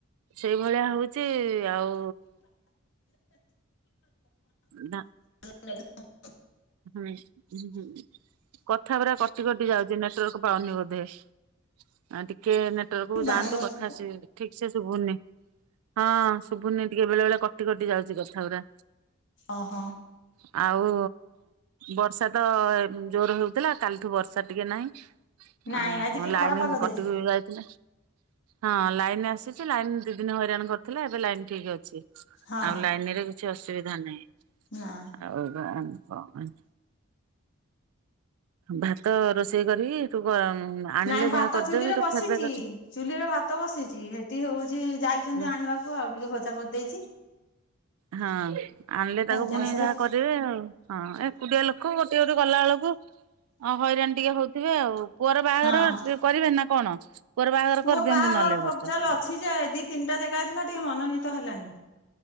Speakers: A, on the right; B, on the left.
A: ସେଇଭଳିଆ ହଉଛି ଆଉ ନା
B: <unintelligible>
A: ହୁଁ ହୁଁ। କଥା ଗୁରା କଟି କଟି ଯାଉଛି ନେଟୱାର୍କ ପାଉନି ବୋଧେ ଆ ଟିକେ ଟିକେ ନେଟୱାର୍କ କୁ
B: ବାହାରେ
A: ଯାଆନ୍ତୁ
B: ଅଛି
A: କଥା
B: ତ
A: ଠିକ୍ ସେ ଶୁଭୁନି ହଁ। ଶୁଭୁନି ଟିକେ ବେଳେ ବେଳେ କଟି କଟି ଯାଉଛି କଥା ଗୁରା
B: ଓହୋ
A: ଆଉ ଆଉ ବର୍ଷା ତ ଜୋର୍ ହଉଥିଲା କାଲିଠୁ ବର୍ଷା ଟିକେ ନାହିଁ।
B: ନାଇଁ
A: ଆ
B: ଆଜି ଟିକେ
A: ଲାଇନ୍
B: ଖରାପ ପାଗ ଦେଇଛି
A: କଟିକି ଯାଇଥିଲା। ହଁ ଲାଇନ୍ ଆସିଛି ଲାଇନ୍ ଦି ଦିନ ହଇରାଣ କରିଥିଲା ଏବେ ଲାଇନ୍ ଠିକ୍ ଅଛି।
B: ହଁ
A: ଆଉ ଲାଇନ୍ ରେ କିଛି ଅସୁବିଧା ନାହିଁ
B: ନା।
A: ଆଉ କଣ <unintelligible> ଭାତ ରୋଷେଇ କରିକି ତୁ <unintelligible>
B: ନାଇଁ ଭାତ
A: ଯାହା କରିଦେବେ
B: ଚୁଲି ରେ
A: ତୁ
B: ବସିଛି
A: ଖିଆପିଆ କରି
B: ଚୁଲିରେ ଭାତ ବସିଛି ସେଠି ହଉଛି ଯାଇଛନ୍ତି
A: ହୁଁ।
B: ଆଣିବା ତାକୁ ଆଉ ଟିକେ ଭଜା କରିଦେଇଛି।
A: ହଁ। ଆଣିଲେ ତାକୁ
B: ଗ୍ୟାସରେ
A: ଫୁଣି ଯାହା କରିବେ ଆଉ ହଁ ଏକୁଟିଆ ଲୋକ ଗୋଟି ଗୋଟି କଲାଅଳୁକୁ ଅ ହଇରାଣ ଟିକେ ହୋଉଥିବେ ଆଉ। ପୁଅର ବାହାଘର
B: ହଁ
A: କରିବେ ନା କଣ? ପୁଅର ବାହାଘର
B: ପୁଅ
A: କରିଦିଅନ୍ତୁ
B: ବାହାଘର
A: ନହେଲେ ଏ ବର୍ଷ
B: ପପ୍ ଚାଲ ଅଛି ଯେ ଦିଇ ତିନିଟା ଜେଗା ଜାଥିଲା ଟିକେ ମନୋନୀତ ହେଲାନି।